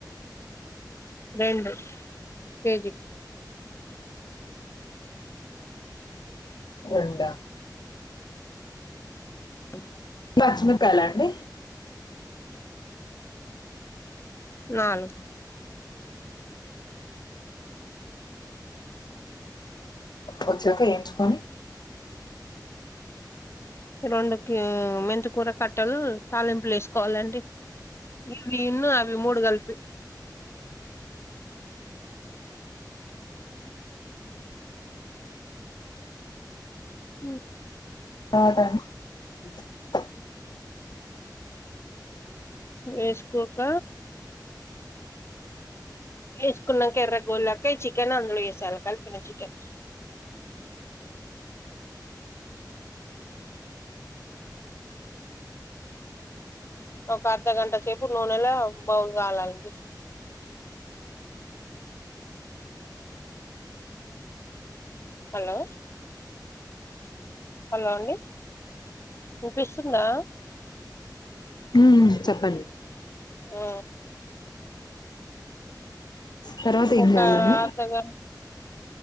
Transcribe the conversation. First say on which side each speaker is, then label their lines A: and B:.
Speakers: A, on the left; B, on the left.
A: రెండు కేజికి
B: రొండ
A: అ
B: పచ్చిమిరపకాయల అండి
A: నాలుగు
B: వచ్చాక ఎంచుకొని
A: ఆ రెండుకి మెంత కూర కట్టాలు తాలింపులు వేసుకోవాలండి ఇవి ఉన్న అవి మూడు గల్పి హ
B: <unintelligible>
A: వేసుకోక వేసుకున్నాం ఎర్ర గోలక చికెన్ అందులో వేసాలి కలిపిన చికెన్ ఒక అర్ధ గంట సేపు నూనెలా బౌల్ కాలాలండి హలో హలో అండి ఇనిపిస్తుందా
B: హ చెప్పండి
A: ఆ
B: తర్వాత
A: ఒక
B: ఏం చేయాలండి
A: అర్ధగం